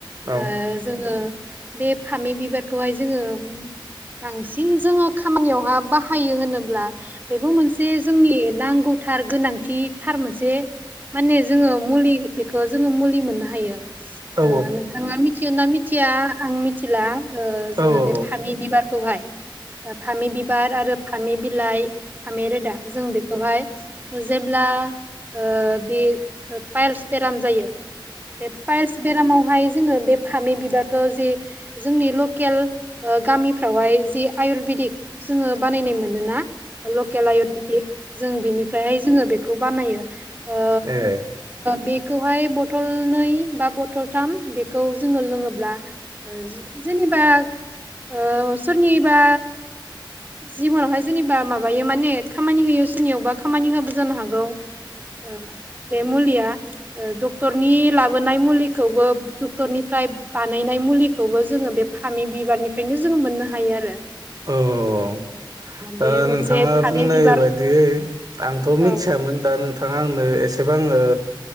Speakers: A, on the right (about 50°); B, on the right (about 20°).
A: औ
B: ओ जोङो बे फामि बिबारखौहाय जोङो बांसिन जोङो खामानियावहा बाहायो होनोब्ला बेबो मोनसे जोंनि नांगौथार गोनांथिथार मोनसे माने जोङो मुलि बेखो जोङो मुलि मोननो हायो।
A: औ
B: ओ नोंथाङा मिथियो ना मिथिया आं मिथिला ओ जोङो
A: औ औ ए औ
B: बे फामि बिबारखौहाय फामि बिबार आरो थामि बिलाइ फामि रोदा जों बे बेवहाय जेब्ला ओ बे पाइल्स बेराम जायो बे पाइल्स बेरामावहाय जोङो बे फामि बिबार ओ जि जोंनि लकेल ओ गामिफ्रावहाय जि आयुरवेदिक जोङो बानायनाय मोनोना लकेल आयुरबेदिक जों बिनिफ्राय हाय जोङो बेखौ बानायो। ओ
A: ए।
B: बेखौहाय बथल नै बा बथलथाम बेखौ जोङो लोङोब्ला ओ जेनेबा ओ सोरनिबा जिबनावहाय जेनेबा माबायो माने खामानि होयो सोरनियावबा खामानि होयाबो जानो हागौ। औ बे मुलिया ओ डक्टरनि लाबोनाय मुलिखौबो डक्टरनिफ्राय बाद बानायनाय मुलिखौबो जोङो बे फामि बिबारनिफ्रायनो जोंङो मोननो हायो आरो।
A: औ औ औ।
B: बे
A: ओ
B: मोनसे
A: नोंथाङा
B: फामि
A: बुंनाय
B: बिबार
A: बायदियै आंथ'
B: औ
A: मिथियामोन दा नों थाङा आंनो एसेबां ओ